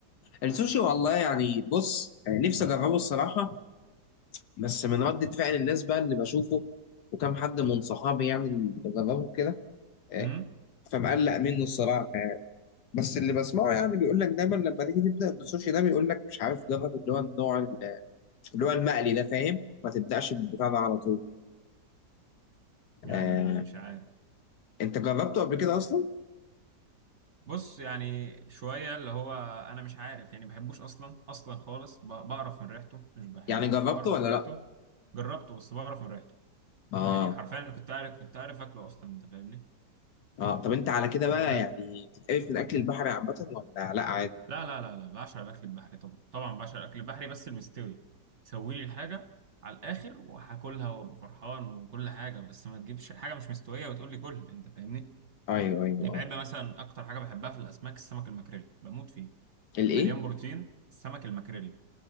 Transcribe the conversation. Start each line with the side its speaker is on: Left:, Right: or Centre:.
Left: السوشي والله يعني بص آه، نفسي اجربه الصراحه بس من ردة فعل الناس بقى اللي بشوفه وكم حد من صحابي يعني اللي جربه كده آه،
Right: امم
Left: فمقلق منه الصراحه بس اللي بسمعه يعني بيقول لك دايما لما تيجي تبدا بالسوشي ده بيقول لك مش عارف جرب اللي هو النوع ال- اللي هو المقلي ده فاهم ما تبداش بالبتاع ده على طول آه.
Right: يعني مش عارف
Left: انت جربته قبل كده اصلا
Right: بص يعني شويه اللي هو انا مش عارف يعني بحبوش اصلا اصلا خالص ب- بقرف من ريحته مش بحبوش
Left: يعني جربته
Right: بقرف
Left: ولا
Right: من ريحته
Left: لا
Right: جربته بس بقرف من ريحته
Left: اه
Right: يعني حرفيا أنا كنت عارف كنت عارف اكله اصلا انت فاهمني
Left: اه طب انت على كده بقى
Right: يعني لا
Left: يعني بتتقرف من اكل البحر عامه ولا لا عادي
Right: لا لا لا لا بعشق الاكل البحري طبعا طبعا بعشق الاكل البحري بس المستوي سوي لي الحاجه على الاخر وهاكلها وابقى فرحان وكل حاجه بس ما تجيبش حاجه مش مستويه وتقول لي كل انت فاهمني
Left: ايوه ايوه
Right: يبقى
Left: آه.
Right: يبقى مثلا اكتر حاجه بحبها في الاسماك السمك المكريل بموت فيه
Left: الايه
Right: مليان بروتين السمك المكريل